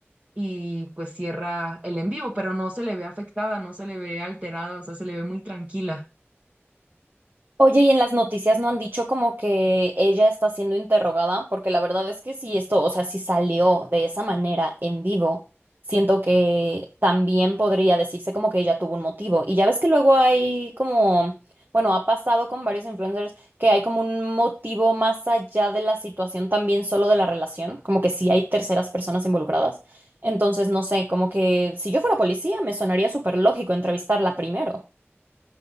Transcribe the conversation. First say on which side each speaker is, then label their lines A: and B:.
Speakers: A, on the right; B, on the right.
A: y pues cierra el en vivo, pero no se le ve afectada, no se le ve alterada, o sea, se le ve muy tranquila.
B: Oye, y en las noticias no han dicho como que ella está siendo interrogada, porque la verdad es que si esto, o sea, si salió de esa manera en vivo, siento que también podría decirse como que ella tuvo un motivo. Y ya ves que luego hay como, bueno, ha pasado con varios influencers que hay como un motivo más allá de la situación también solo de la relación, como que sí hay terceras personas involucradas. Entonces, no sé, como que si yo fuera policía, me sonaría súper lógico entrevistarla primero.